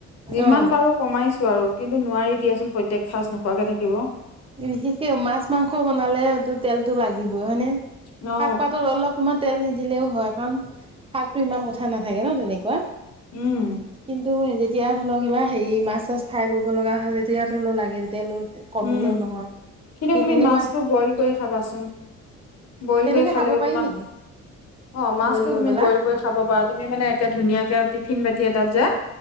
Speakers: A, on the left; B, on the right.
A: যিমান
B: অ
A: পাৰো কমাইছো আৰু কিন্তু নোৱাৰি দিয়াচোন প্ৰত্যেক সাঁজ নোখোৱাকে থাকিব।
B: বিশেষকে মাছ মাংস বনালেটো তেলতটো লাগিব। হয়নে?
A: অ
B: শাক পাতত অলপ সময় তেল নিদি দিলেও হয়, কাৰণ শাকটো ইমান কথা নাথাকে ন তেনেকুৱা।
A: উম
B: তো যেতিয়া ধৰি লওক কিবা হেৰি মাছ চাছ ফ্ৰাই কৰিব লগা হয় তেতিয়া ধৰা লাগে, যেতিয়া লোক কমিলেও
A: উম
B: নহয়।
A: কিন্তু
B: সেই
A: তুমি
B: তেনেকুৱা
A: মাছটো বইল কৰি খাবাচোন। বইল
B: তেনেকে
A: কৰি খালেও
B: খাব পাৰি
A: তোমাক
B: নেকি
A: অ মাছতটো
B: বইল কৰি
A: তুমি
B: পেলা
A: বইল কৰি খাব পাৰা, তুমি মানে একে ধুনীয়াকে অতি ফিন বাতি এটাত যে